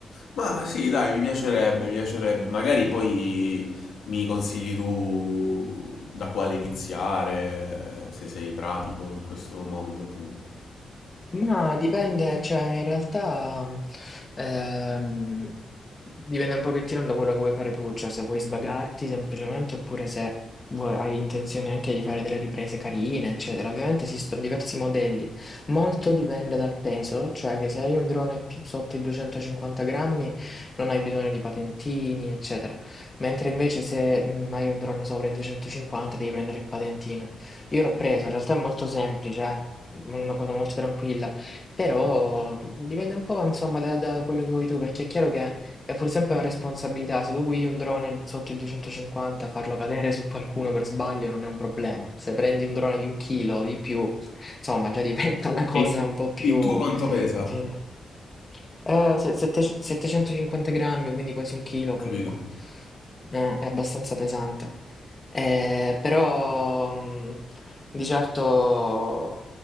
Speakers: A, on the left (about 75°); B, on the left (about 25°).
A: Ma sì, dai, mi piacerebbe, mi piacerebbe. Magari poi mi consigli tu da quale iniziare, se sei pratico in questo mondo, appunto.
B: Ma dipende, cioè in realtà ehm, dipende un pochettino da quello che vuoi fare tu, cioè se vuoi svagarti semplicemente oppure se vuoi- hai intenzione anche di fare delle riprese carine, eccetera. Ovviamente esistono diversi modelli, molto dipende dal peso, cioè che se hai un drone più sotto i 250 grammi non hai bisogno di patentini, eccetera. Mentre invece se mm, hai un drone sopra i 250 devi prendere il patentino. Io l'ho preso, in realtà è molto semplice, eh, Una cosa molto tranquilla, però dipende un po', insomma, da, da quello che vuoi tu, perché è chiaro che è pur sempre una responsabilità. Se tu guidi un drone sotto i 250, farlo cadere su qualcuno per sbaglio non è un problema. Se prendi un drone di un chilo o di più, insomma, già <laughs> diventa una cosa
A: E il
B: un po' più...
A: il tuo quanto pesa?
B: inferiore. Eh, se- sette- 750 grammi, quindi quasi un chilo
A: Capito?
B: comunque. Eh, è abbastanza pesante. Eh, però mh, di certo